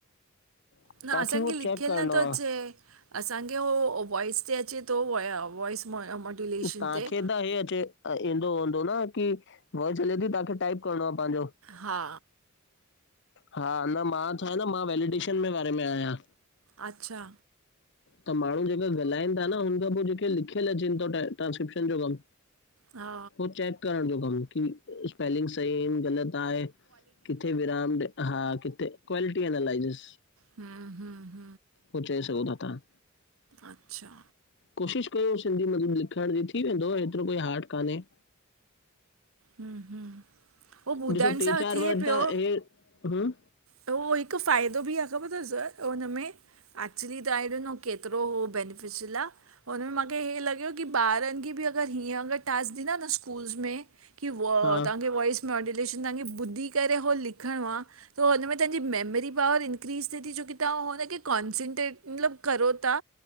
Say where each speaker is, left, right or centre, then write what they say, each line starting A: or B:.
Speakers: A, on the left (about 55°); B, on the right (about 75°).
A: तव्हांखे
B: न असांखे
A: उहो
B: लिखियल
A: चेक करिणो
B: नथो अचे
A: आहे
B: असांखे उहो वॉइस ते अचे थो वॉइस मॉड्यूलेशन
A: तांखे
B: ते
A: त हे अचे ईंदो हूंदो न की वॉइस हले थी तांखे टाइप करणो आ पंहिंजो
B: हा
A: हा न मां चवां थो मां वेलिडेशन जे बारे में आयां
B: अच्छा
A: त माण्हू जेका ॻालाइन था न हुन खां पोए जेके लिखियल अचेन थो ट्रांस्क्रिप्शन जो कम
B: हा
A: पो चेक करण जो कम की स्पेलिंग सहीन ग़लत। आए किथे वेरन हा किथे क्वालिटी अलैथस
B: हां हां।
A: हू चय सघो थ तां।
B: अच्छा।
A: कोशिश कयो सिंधी मत्लब् लिखण जी थी वेंदो एतरो कोई हार्ड कान्हे।
B: हं हं, हो ॿुधण
A: ॾिसो टे
B: सां
A: चारि
B: थिए
A: वर्ड
B: पयो।
A: त हे हम्म,
B: त उअहि तो फ़ाइदो बि आ ख़बर थस, हुनमें। एक्चुली तांहां ॾिनो केतरो हुओ ब बैनिफिशियल आ। हुनमें माखें हीअ लॻयो की ॿारन खे बि अगर हीअं अगर टास्क ॾींदा न स्कूल्स में। की व
A: हा
B: तांखे वॉइस मॉड्युलेशन तांखे ॿुधी करे हुवो लिखणो आ। त हुनमें तांजी मेमरी पावर इंक्रीज़ थिए थी छोकी तव्हां हुनखे कॉन्संट्रेट मतलब करो था।